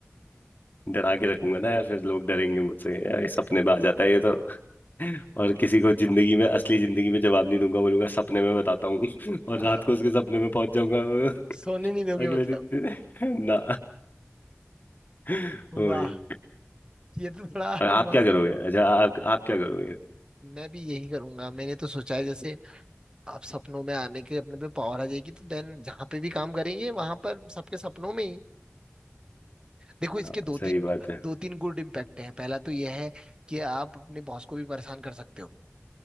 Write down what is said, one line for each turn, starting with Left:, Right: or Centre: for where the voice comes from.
Left: डरा के रखूंगा ना यार फिर लोग डरेंगे मुझसे यार ये सपने में आ जाता है ये तो और किसी को जिंदगी में असली जिंदगी में जवाब नहीं दूंगा बोलूंगा सपने में बताता हूँ <laughs> और
Right: हाँ,
Left: रात को उसके सपने में पहुंच जाऊंगा <laughs>
Right: सोने नहीं दोगे
Left: अगले
Right: मतलब
Left: दिन <laughs> ना <laughs> ओ
Right: वाह
Left: भाई
Right: ये तो बड़ा
Left: और आप
Right: मस्त
Left: क्या करोगे अच्छा आप आप क्या करोगे
Right: मैं भी यही करूंगा मैंने तो सोचा है जैसे आप सपनों में आने के अपने पे पावर आ जाएगी तो देन जहां पे भी काम करेंगे वहां पर सबके सपनों में ही देखो इसके
Left: हाँ
Right: दो
Left: सही
Right: तीन
Left: बात है
Right: दो तीन गुड इम्पैक्ट हैं पहला तो यह है कि आप अपने बॉस को भी परेशान कर सकते हो